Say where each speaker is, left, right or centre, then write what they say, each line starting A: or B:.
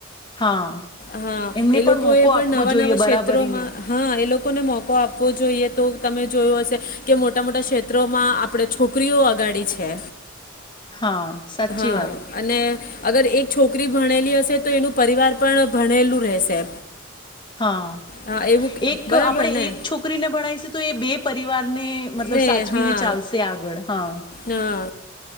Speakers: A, on the left; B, on the left.
A: હા
B: હા
A: એમને
B: એ
A: પણ
B: લોકો
A: મોકો
B: એ પણ
A: આપવો
B: નવા
A: જોઈએ
B: નવા
A: બરાબરીનો
B: સેત્રોમાં હા એ લોકોને મોકો આપ પવો જોઈએ તો તમે જોયું હશે કે મોટા મોટા સેત્રોમાં આપડે છોકરીઓ અગાડી છે.
A: હાં સાચી
B: હા
A: વાત.
B: અને અગર એક છોકરી ભણેલી હશે તો એનું પરિવાર પણ ભણેલું રહેશે.
A: હાં,
B: હા એવું ક-
A: એક
B: બરાબર
A: આપણે
B: ને
A: એક છોકરીને ભણાઈશુ તો એ બે પ રિવારને મતલબ
B: ને
A: સાચવીને
B: હા
A: ચાલશે આગળ હાં.
B: હા